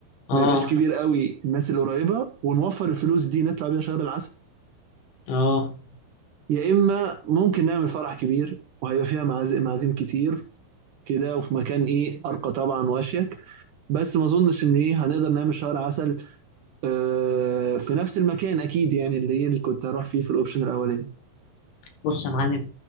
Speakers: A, on the left; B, on the right.
A: اه
B: ما يبقاش كبير قوي الناس القريبه ونوفر الفلوس دي نطلع بيها شهر العسل
A: اه
B: يا اما ممكن نعمل فرح كبير وهيبقى فيها معازم معازيم كتير كده وفي مكان ايه ارقى طبعا واشيك بس ما اظنش ان ايه هنقدر نعمل شهر عسل آه، في نفس المكان اكيد يعني اللي اللي كنت هروح فيه في الاوبشن الاولاني
A: بص يا معلم